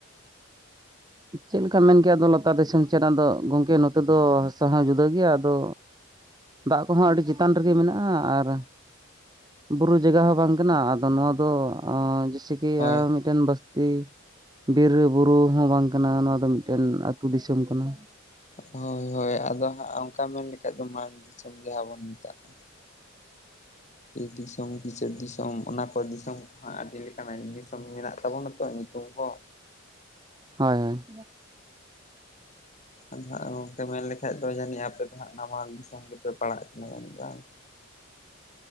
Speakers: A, on the right; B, on the left.
A: ᱪᱮᱫ ᱞᱮᱠᱟᱢ ᱢᱮᱱ ᱠᱮᱭᱟ ᱫᱚ ᱞᱟᱛᱟᱨ ᱫᱤᱥᱚᱢ ᱪᱮᱫ ᱟᱫᱚ ᱜᱚᱝᱠᱮ ᱱᱚᱛᱮ ᱫᱚ ᱦᱟᱥᱟ ᱦᱚᱸ ᱡᱩᱫᱟᱹ ᱜᱮᱭᱟ ᱟᱫᱚ ᱫᱟᱜ ᱠᱚᱦᱚᱸ ᱟᱹᱰᱤ ᱪᱮᱛᱟᱱ ᱨᱮᱜᱮ ᱢᱮᱱᱟᱜ-ᱟ ᱟᱨ ᱵᱩᱨᱩ ᱡᱟᱜᱟ ᱦᱚᱸ ᱵᱟᱝ ᱠᱟᱱᱟ ᱟᱫᱚ ᱱᱚᱣᱟ ᱫᱚ ᱟᱸ ᱡᱟᱭᱥᱤ ᱤᱭᱟ
B: ᱦᱳᱭ
A: ᱢᱤᱫᱴᱮᱱ ᱵᱟᱹᱥᱛᱤ ᱵᱤᱨ ᱵᱩᱨᱩ ᱦᱚᱸ ᱵᱟᱝ ᱠᱟᱱᱟ ᱱᱚᱣᱟ ᱫᱚ ᱢᱤᱫᱴᱮᱱ ᱟᱹᱛᱩ ᱫᱤᱥᱚᱢ ᱠᱟᱱᱟ
B: ᱦᱚᱭ ᱦᱚᱜ ᱦᱳᱭ ᱟᱫᱚ ᱦᱟᱸᱜ ᱚᱱᱠᱟ ᱢᱮᱱ ᱞᱮᱠᱷᱟᱡ ᱫᱚ ᱢᱟᱱ ᱫᱤᱥᱚᱢ ᱡᱟᱦᱟᱸ ᱵᱚᱱ ᱢᱮᱛᱟᱜ-ᱟ ᱫᱤᱥᱚᱢ ᱜᱤ ᱪᱮᱫ ᱫᱤᱥᱚᱢ ᱚᱱᱟ ᱯᱟᱹ ᱫᱤᱥᱚᱢ ᱠᱚ ᱦᱟᱸᱜ ᱟᱹᱰᱤ ᱞᱮᱠᱟᱱᱟᱜ ᱫᱤᱥᱚᱢ ᱢᱮᱱᱟᱜ ᱛᱟᱵᱚᱱᱟ ᱛᱚ ᱧᱩᱛᱩᱢ ᱦᱚ
A: ᱦᱚᱭ ᱦᱚᱭ
B: ᱟᱫᱚ ᱦᱟᱜ ᱜᱚᱝᱠᱮ ᱢᱮᱱ ᱞᱮᱠᱷᱟᱡ ᱫᱚ ᱡᱟᱹᱱᱤᱡ ᱟᱯᱮ ᱫᱚ ᱦᱟᱜ ᱱᱟᱢᱟᱞ ᱫᱤᱥᱚᱢ ᱜᱮᱯᱮ ᱯᱟᱲᱟᱜ ᱠᱟᱱᱟ ᱡᱟᱹᱱᱤᱡ ᱵᱟᱝ?